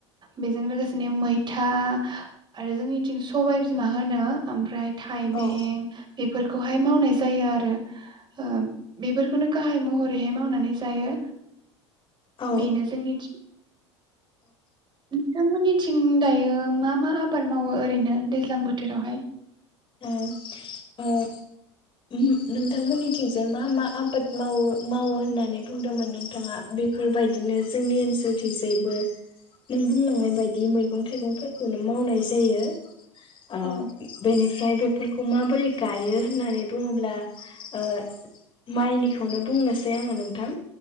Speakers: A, on the right; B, on the left.
A: बेजों लोगोसेनो मैथा आरो जोंनिथिं सबाय बिमा होनो ओमफ्राय थाइबें
B: औ
A: बेफोर खौहाय मावनाय जायो आरो ओ बेफोरखौनो गाहाय मह बेहाय मावनानै जायो
B: औ
A: बेनो जोंनिथि ओ नोंथांमोननिथिं दायो मा मा आबाद मावो ओरैनो दैज्लां बोथोरावहाय
B: ओ ओ ओम नोंथांमोननिथिंजाय मा मा आबाद मावो मावो होननानै बुंदोंमोन नोंथाङा बेफोरबायदिनो जोंनि ओनसोलथिंजायबो नों बुंलांनाय बायदि मैगं थाइगंफोरखौनो मावनाय जायो आ
A: औ
B: बेनि फ्राय बेफोरखौ माबोरै गायो होननानै बुङोब्ला ओ माइनिखौनो बुंनोसै आङो नोंथां।